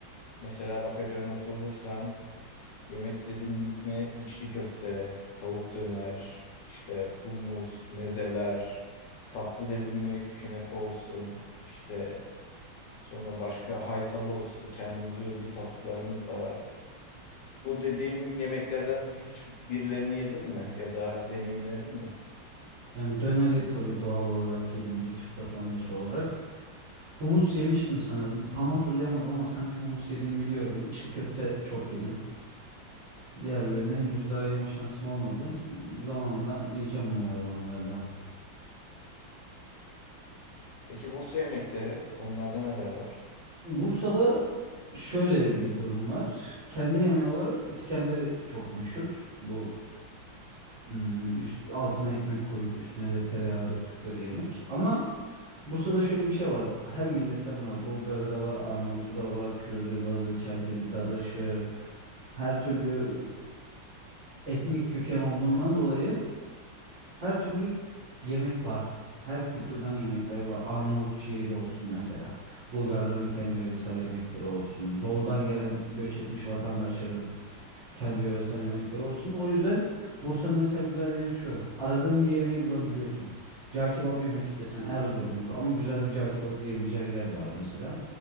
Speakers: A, on the left; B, on the right.
A: Mesela bakacağına olursan yemek dedin mi içli köfte, tavuk döner, işte hummus, mezeler, tatlı dedin mi künefe olsun, işte sonra başka haytalı olsun, kendimize özgü tatlılarımız da var. Bu dediğim yemeklerden hiç birilerini yedin mi ya da deneyimledin mi?
B: Yani döneri tabii doğal olarak yedim bir Türk vatandaşı olarak. Humus yemiştim sanırım. Tam hatırlayamadım ama sanki humus yediğimi biliyorum. İçli köfte çok yedim. Diğerlerine henüz daha yeme şansım olmadı. Zamanla yiyeceğim umarım onları da.
A: Peki Bursa yemekleri, onlarda neler var?
B: Bursa'da şöyle bir durum var. Kendi yemeği olarak İskender'i çok meşhur. Bu ım, üst- altına ekmek koyup üstüne de tereyağı döktükleri yemek. Ama Bursa'da şöyle bir şey var. Her milletten var. Bulgarı da var, Arnavutu da var, Kürdü, Lazı, Çerkezi, Dadaşı. Her türlü etnik köken olduğundan dolayı Her türlü yemek var. Her kültürden yemekler var. Arnavut ciğeri olsun mesela. Bulgarların kendi yöresel yemekleri olsun. Doğudan gelen göç etmiş vatandaşların kendi yöresel yemekleri olsun. O yüzden Bursa'nın mesela güzel yanı şu. Aradığın bir yemeği bulabiliyorsun. Cağ kebap yemek istesen Erzurum'undur. Ama güzel bir cağ kebap yiyebileceğin yer de var mesela.